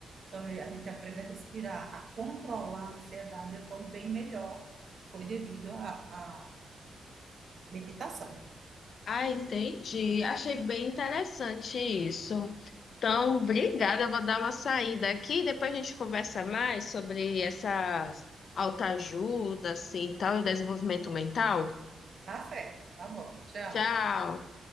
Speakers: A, on the right (about 40°); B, on the left (about 55°).
A: Então, eu- a gente aprende a respirar, a controlar a ansiedade. Eu estou bem melhor. Foi devido à à meditação.
B: Ah, entendi. Achei bem interessante isso. Então, obrigada. Eu vou dar uma saída aqui. Depois a gente conversa mais sobre essas autoajuda, assim, tal, e desenvolvimento mental.
A: Tá certo, tá bom. Tchau.
B: Tchau.